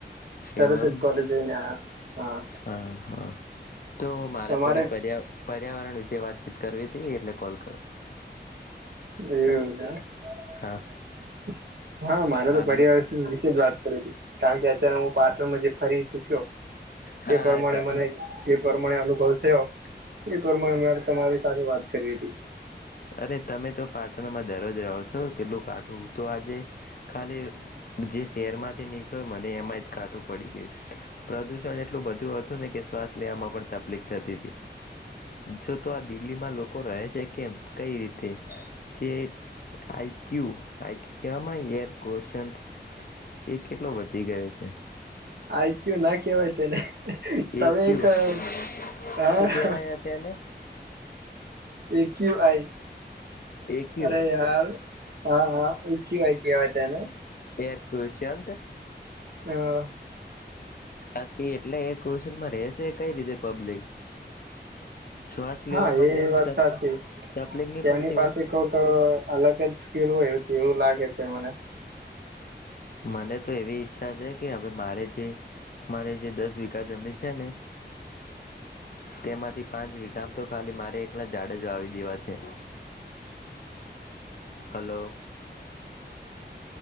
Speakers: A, on the right (about 65°); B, on the left (about 55°).
A: તરત
B: એવું
A: જ
B: એમ
A: કોલેજ જઈને આયા. હા
B: હા હ. <inaudible> તો મારે
A: તમારે
B: થોડી પર્યા પ. ર્યાવરણ વિશે વાતચીત કરવી હતી એટલે કોલ ક
A: <unintelligible>
B: હા
A: હા મારે તો
B: હાલમાં
A: પર્યાવણ વિશેજ વાત કારણ કે અત્યારે હું પાટન મા જે હરી ચક્યો તે
B: હા
A: પ્રમાણે મને જે પ્રમાણે અનુભવ થયો એ પ્રમાણે તમારી સાથે વાત કરી હતી.
B: અરે તમે તો પાટણમાં દરરોજ રહો છો કેટલું કાઠું તો આજે ખાલી જે શહેરમાંથી નીકળ્યો મને એમાં જ કાઠું પડી ગયું પ્રદુષણ એટલું બધું હતું ને કે શ્વાસ લેવામાં પણ તકલીફ થતી હતી જો તો આ દિલ્હીમાં લોકો રહે છે. કેમ કઈ રીતે? કૅ આઈક્યુ આકિ કમાં એર કોશન્ટ એ કેટલો વધી ગયો છે.
A: આઈકય્યું ના કેવાય તેને. તમે
B: એ ક્યુ
A: એક અ
B: શું
A: હા.
B: કેવાય તેને
A: A Q I.
B: A Q
A: અરે યાર હા હા ચી વાય કેવાય તેને.
B: એરકર્શન્ટ.
A: હા.
B: આકી એટલે એ ક્વેશનમાં રેસ. તે કઈ રીતે પબ્લિક? શ્વાસ
A: હા
B: લેવામાં
A: એ
B: તેને
A: વાત
B: તક
A: સાચી
B: તકલીફ નહી
A: તેમની
B: પડતી
A: પાસે
B: હોય
A: કોક અલગ જ સ્કીલ હોય એવું લાગે. મને.
B: મને તો એવી ઈચ્છા છે કે હવે મારે જે મારે જે દસ વીઘા જમી છે ને તેમાંથી પાંચ વીઘામાં તો ખાલી મારે એકલા જાડેજ વાવી દેવા છે. હાલો.